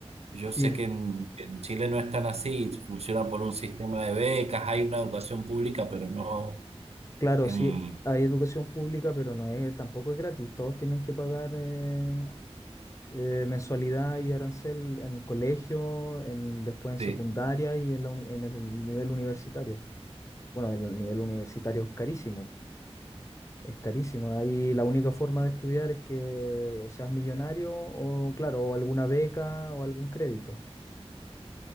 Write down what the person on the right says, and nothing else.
Yo sé
que en, en Chile no es tan así, funciona por un sistema de becas, hay una educación pública, pero no
em,
sí,